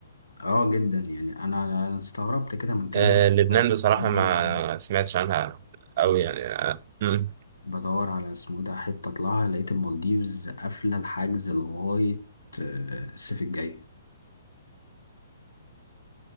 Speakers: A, on the left (about 75°); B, on the right (about 40°).
A: اه جدا يعني أنا أنا استغربت كده من كام
B: آه
A: يوم
B: لبنان
A: كده كنت
B: بصراحة
A: بدور
B: ما سمعتش عنها أوي يعني آه. مم.
A: بدور على اسمه إيه ده حتة أطلعها لقيت المالديفز قافلة الحجز لغاية آه، الصيف الجاي